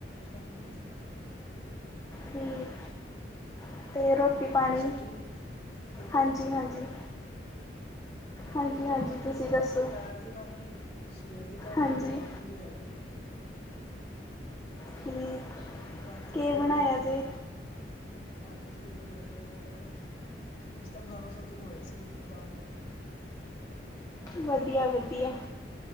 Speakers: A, on the left (about 35°); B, on the left (about 20°).
A: ਸ਼ਾਮ ਦੀ
B: ਠੀਕ। ਅਤੇ ਰੋਟੀ
A: ਹੋਰ
B: ਪਾਣੀ
A: ਘਰ ਸਭ ਠੀਕ, ਰੋਟੀ
B: ਹਾਂਜੀ
A: ਪਾਣੀ ਖਾ
B: ਹਾਂਜੀ
A: ਲਿੱਤੀ ਏ।
B: ਹਾਂਜੀ
A: ਰੋਟੀ
B: ਹਾਂਜੀ
A: ਪਾਣੀ
B: ਤੁਸੀਂ ਦੱਸੋ
A: ਦੁਪਹਿਰ ਦੀ ਕਰ ਲਈ, ਸਵੇਰ ਦੀ ਕਰ
B: ਹਾਂਜੀ
A: ਲਈ, ਹੁਣ ਰਾਤੀ ਦੀ ਹੈਗੀ ਹੈ।
B: ਠੀਕ।
A: ਰਾਤੀ
B: ਕੀ
A: ਥੋੜੀ
B: ਬਣਾਇਆ
A: ਲੇਟ ਕਰਨੀ
B: ਜੇ
A: ਆ। ਅੱਜ ਅਸੀਂ ਬਣਾਏ ਆ ਅਸੀਂ ਤਾਂ ਬਾਹਰੋਂ ਸਬਜ਼ੀ ਮੰਗਵਾਈ ਸੀ ਦਾਲ।
B: ਵਧੀਆ, ਵਧੀਆ।